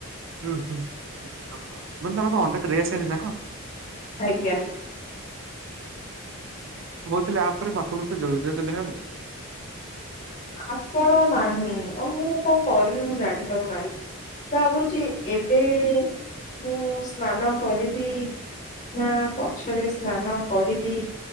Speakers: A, on the right; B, on the left.
A: ଉଁ ହୁଁ ମାନେ ତମର କଣ ଅଣ୍ଡା ଟ୍ରେ ଆସିଚି ନା କଣ?
B: ଆଜ୍ଞା।
A: ମୁଁ କୋହୁଥିଲି ଆପରେ ମୁଁ ଆପଣଙ୍କ ସହିତ ଯୋଗଯୋଗ କଲେ ହେବ?
B: ଆପଣ ନାହିଁ ଆ ମୁଁ କଣ କରିବି ମୁଁ ଜାଣିପାରୁନାହିଁ। ଭାବୁଚି ଏବେ ମୁଁ ସ୍ନାନ କରିବି। ନା ପଛରେ ସ୍ନାନ କରିବି।